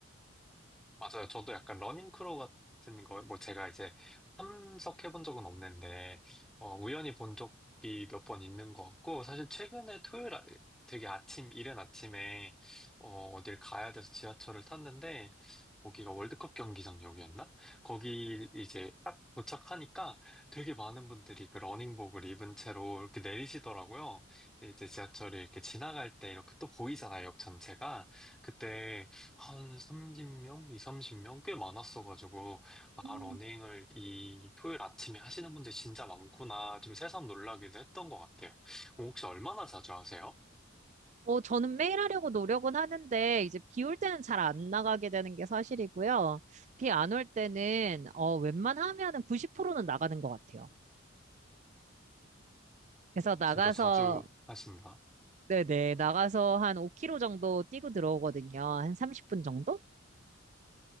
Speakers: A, in the centre; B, on the right (about 35°).
A: 맞아요. 저도 약간 러닝크루 같은 거, 뭐 제가 이제 참석해본 적은 없는데, 어, 우연히 본 적이 몇 번 있는 것 같고, 사실 최근에 토요일, 아- 되게 아침, 이른 아침에, 어, 어딜 가야 돼서 지하철을 탔는데, 거기가 월드컵 경기장역이었나? 거기 이제 딱 도착하니까 되게 많은 분들이 그 러닝복을 입은 채로 이렇게 내리시더라고요. 근데 이제 지하철이 이렇게 지나갈 때 이렇게 또 보이잖아요, 역 전체가. 그때 한 30명? 이삼십 명 꽤 많았어가지고,
B: 음.
A: 아, 러닝을 이 토요일 아침에 하시는 분들 진짜 많구나. 좀 새삼 놀라기도 했던 것 같아요. 그럼 혹시 얼마나 자주 하세요?
B: 어, 저는 매일 하려고 노력은 하는데, 이제 비 올 때는 잘 안 나가게 되는 게 사실이고요. 비 안 올 때는, 어, 웬만하면은 90%는 나가는 것 같아요. 그래서 나가서,
A: 진짜 자주 하신가?
B: 네네, 나가서 한 5km 정도 뛰고 들어오거든요. 한 30분 정도?